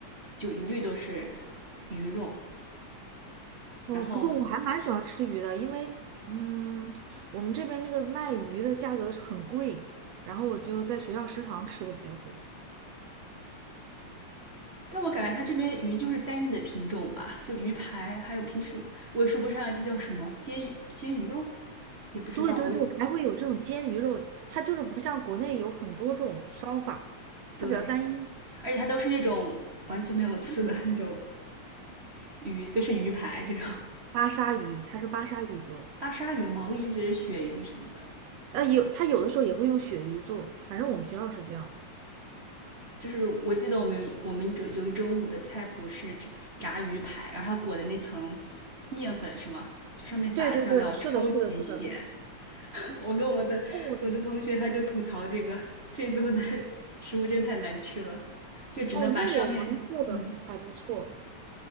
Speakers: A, on the right; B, on the right.
A: 就一律都是鱼肉，
B: 哦，
A: 然后
B: 不过我还蛮喜欢吃鱼的，因为嗯，我们这边那个卖鱼的价格是很贵，然后我就在学校食堂吃的比较多。
A: 但我感觉它这边鱼就是单一的品种吧，就鱼排，还有平时我也说不上这叫什么煎煎鱼肉，也不知道我
B: 对对对，还会有这种煎鱼肉，它就是不像国内有很多种烧法，
A: 对，
B: 它比较单一。
A: 而且它都是那种完全没有刺的那种鱼，都是鱼排这种
B: 巴沙鱼，它是巴沙鱼做的，
A: 巴沙鱼嘛，我一直觉得是鳕鱼什么的。
B: 呃，有它有的时候也会用鳕鱼做，反正我们学校是这样。
A: 就是我记得我们有我们一周有一周五的菜谱是炸鱼排，然后它裹的那层面粉是吗？就上面撒的酱料超级咸。
B: 对对对，是的，是的，是的。
A: <laughs> 我跟我的我的同学他就吐槽这个这一周的
B: 哦
A: 食物真太难吃了，就只能把上面嗯
B: 哦，那我们做的还不错。